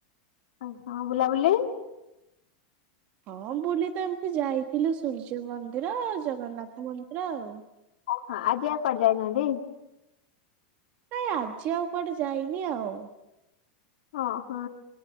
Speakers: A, on the left; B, on the right.
A: ଓ ହଁ ବୁଲାବୁଲି?
B: ହଁ ବୁଲି ତ ଏମତି ଯାଇଥିଲୁ ସୂର୍ଯ୍ୟ ମନ୍ଦିର ଜଗନ୍ନାଥ ମନ୍ଦିର ଆଉ।
A: ଓହୋ ଆଜି ଆଉ କୁଆଡେ ଯାଇନାହାନ୍ତି?
B: ନାଇଁ ଆଜି ଆଉ କୁଆଡେ ଯାଇନି ଆଉ।
A: ଓହୋ